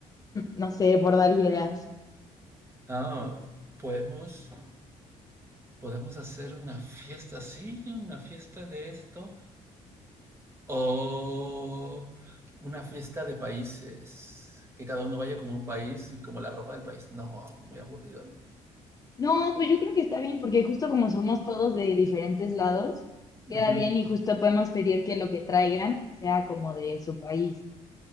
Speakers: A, on the left (about 25°); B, on the right (about 20°).
A: no sé, por dar ideas.
B: Ah, podemos, podemos hacer una fiesta, sí, una fiesta de esto, o una fiesta de países, que cada uno vaya como un país y como la ropa del país. No, muy aburrido, ¿no?
A: No, pues yo creo que está bien, porque justo como somos todos de diferentes lados, queda
B: Ujú.
A: bien y justo podemos pedir que lo que traigan sea como de su país,